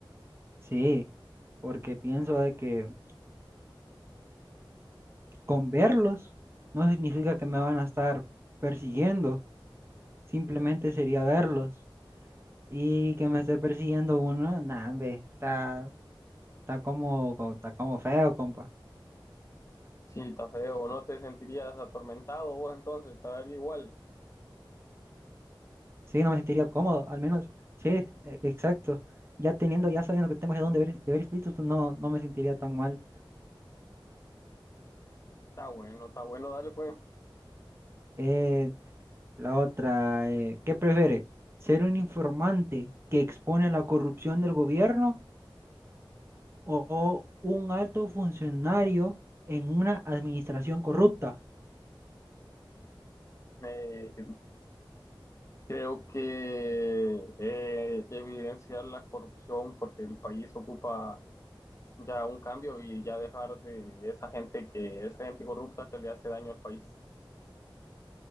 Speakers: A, on the right; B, on the left.
A: Sí, porque pienso de que con verlos no significa que me van a estar persiguiendo Simplemente sería verlos. Y que me esté persiguiendo uno, nah, hombre, está, está como, co- está como feo, compa.
B: sí, está feo, no te sentirías atormentado vos entonces, te daría igual.
A: Sí, no me sentiría cómodo, al menos. Sí, e- exacto. Ya teniendo, ya sabiendo que tengo de dónde ver, de ver espíritus, pues no, no me sentiría tan mal.
B: Está bueno, está bueno, dale pues.
A: Eh, la otra, eh, ¿qué prefiere? ¿Ser un informante que expone la corrupción del gobierno o o un alto funcionario en una administración corrupta?
B: Eh, creo que eh, evidenciar la corrupción porque el país ocupa ya un cambio y ya dejar de esa gente que, esa gente corrupta que le hace daño al país,